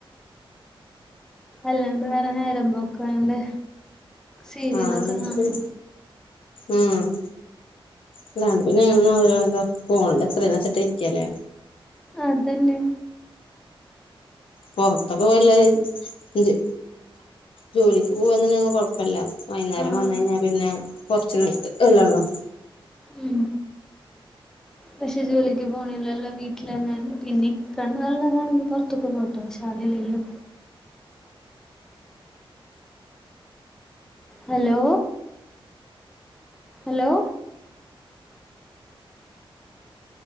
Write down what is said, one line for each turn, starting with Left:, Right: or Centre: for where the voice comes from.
Centre: അല്ലാണ്ട് വേറെ നേരമ്പക്കെണ്ട് സീരിയലൊക്കെ
Left: ആഹ്
Centre: കാണും
Left: ശരി ഉം അല്ലാണ്ട് നിങ്ങളെ ഓരോ ഫോണിൽ എത്രന്നെച്ചിട്ട് ഇരിക്കല്ലേ
Centre: അതന്നെ
Left: പുറത്തൊക്കെ പോയല്ല ഒരു ജോലിക്ക് പോവാെന്നുണ്ടെങ്കി കൊഴപ്പല്ല വൈകുന്നേരം
Centre: ആഹ്
Left: വന്ന കഴിഞ്ഞാൽ പിന്നെ കുറച്ച് എല്ലാ ഉള്ളോ
Centre: ഉം പക്ഷെ ജോലിക്ക് പോണില്ലല്ലോ വീട്ടിലന്നെ പിന്നെ ഇക്ക ഉണ്ടേക്കാണെങ്കിൽ പുറത്തൊക്കെ പോട്ടെ വ അതല്ലല്ലോ hello hello